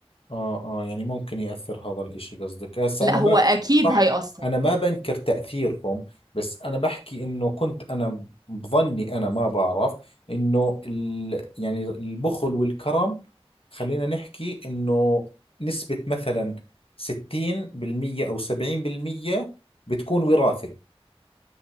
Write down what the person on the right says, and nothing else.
لا
هو اكيد
هيأثر